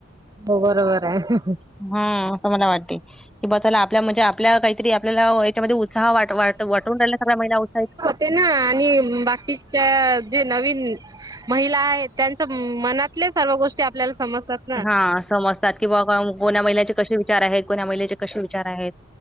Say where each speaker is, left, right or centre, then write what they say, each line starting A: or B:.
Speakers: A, on the right; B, in the centre.
A: हो बरोबर आहे.
B: हम्म असं मला वाटते, की बा चला आपल्या म्हणजे आपल्या काहीतरी आपल्याला त्यांच्यामध्ये उत्साह वाट वाट वाटून राहिला सगळ्या महिला उत्साही
A: ते ना आणि बाकीच्या जे नवीन महिला आहे त्यांच मनातले सर्व गोष्टी आपल्याला समजतात. ना.
B: हा समजतात की बाबा कोण्या महिलाचे कसे विचार आहेत, कोण्या महिलेचे कसे विचार आहेत.